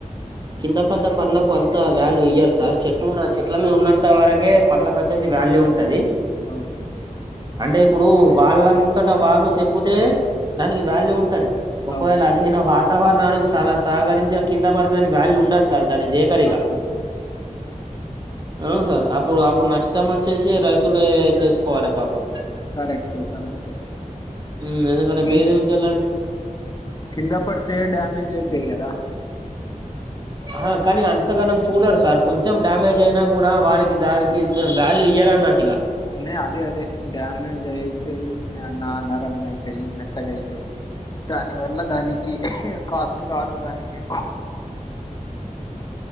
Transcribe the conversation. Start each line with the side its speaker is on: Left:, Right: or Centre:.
Right: కింద పడ్డ పండ్లకు అంత వ్యాల్యూ ఇయ్యరు సార్ చెట్లున్న చెట్ల మీద ఉన్నంత వరకే పండ్లకు వచ్చేసి వాల్యూ ఉం టది
Left: అవును
Right: అంటే ఇప్పుడు వాళ్ళంతట వాళ్ళు తెంపుతే దానికి వాల్యూ ఉంటది
Left: అవును
Right: ఈన వాతావరణానికి చాలా సహకరించ కింద పడ్తె వాల్యూ ఉండదు స సర్ దాన్ని దేకరింక
Left: అవునవును
Right: అవును సార్ అప్పుడు అప్పుడు నష్టం వచ్చేసి రైతులే చేసుకోవాలి పాప పం
Left: కరెక్టే కరెక్టే
Right: ఉమ్ ఎందుకంటే
Left: కిం
Right: మేమేం చెయ్యలా అంటే
Left: కింద పడతే డ్యామేజ అయితే కదా
Right: ఆ కానీ అంతగానం చూడరు సార్ కొంచెం డ్యామేజ్ అయినా కూడా వాళ్ళకి దానికి వాల్యూ ఇయ్యరు అన్నట్టుగా
Left: న అదే అదే డ్యామేజ్ అయితాయి నా నరం అయితాయి మెత్తగా అయితాయి దాని వల్ల దానికి కాస్ట్ రాదు దానికి